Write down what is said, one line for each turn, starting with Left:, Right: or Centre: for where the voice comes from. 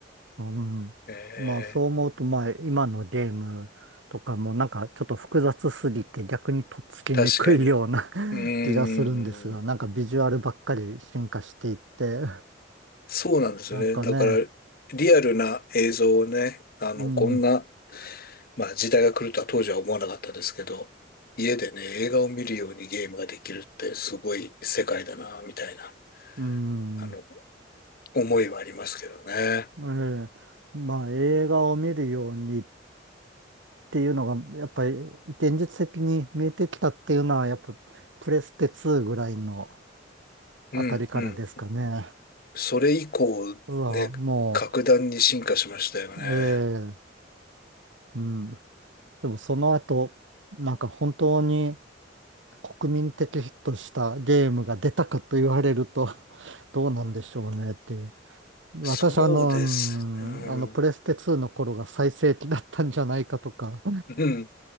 Right: うん。
Left: え
Right: まあそう思うと、まあ今のゲームとかもなんかちょっと複雑すぎて逆にとっつきにくいような
Left: ー、確かに。うーん、
Right: <laughs> 気がするんですが、なんかビジュアルばっかり進化していって、
Left: そうなんですよね。
Right: なんかね、
Left: だから、リアルな映像をね、あの、
Right: うん。
Left: こんな、まあ時代が来るとは当時は思わなかったですけど、家でね、映画を見るようにゲームができるってすごい世界だな、みたいな、
Right: うん、
Left: あの、思いはありますけどね。
Right: ええ、まあ映画を見るようにっていうのが、やっぱり現実的に見えてきたっていうのは、やっぱプレステ2ぐらいのあたりからですかね。
Left: うん、うん。それ以降、
Right: うわ、
Left: ね、
Right: も
Left: 格段に進化しましたよね。
Right: う、ええ、うん。でもその後、なんか本当に国民的ヒットしたゲームが出たかと言われると、<laughs> どうなんでしょうねっていう。私はあの、
Left: そうです。
Right: うんあのプレステ2の頃が最盛期だったんじゃないかとか、
Left: うん。うん。